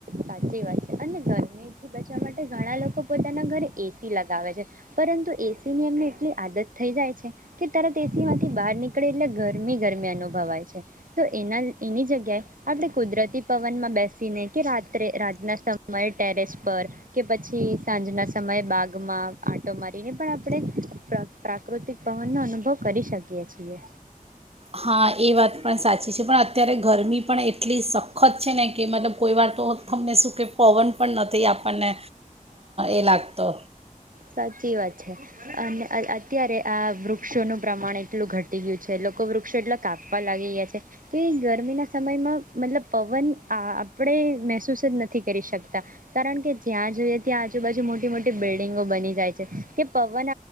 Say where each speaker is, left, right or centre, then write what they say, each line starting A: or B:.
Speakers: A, on the right; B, on the right.
A: સાચી વાત છે, અને ગરમીથી બચવા માટે ઘણા લોકો પોતાના ઘરે એસી લગાવે છે, પરંતુ એસીની એમને એટલી આદત થઈ જાય છે, કે તરત એસીમાંથી બહાર નીકળે એટલે ગરમી ગરમી અનુભવાય છે, તો એના એની જગ્યાએ આપણે કુદરતી પવનમાં બેસીને કે રાત <unintelligible> રાતના સમયે ટેરેસ પર કે પછી સાંજના સમયે બાગમાં આંટો મારીને પણ આપણે પ્રાકૃતિક પવનનો અનુભવ કરી શકીએ છીએ.
B: હા એ વાત પણ સાચી છે, પણ અત્યારે ગરમી પણ એટલી સખત છે, ને કે મતલબ કોઈ વાર તો તમને શું કે પવન પણ નથી આપણને એ લાગતો.
A: સાચી વાત છે, અને અત્યારે આ વૃ વૃક્ષોનું પ્રમાણ એટલું ઘટ ઘટી ગયું છે, લોકો વૃક્ષો એટલા કાપવા લાગી ગયા છે, કે ગરમીના સમયમાં મતલબ પવન આપડે મહેસૂસ જ નથી કરી શકતા કારણ કે જ્યાં જોઈએ ત્યાં આજુબાજુ મોટી મોટી બિલ્ડિંગો બની જાય છે, તે પવન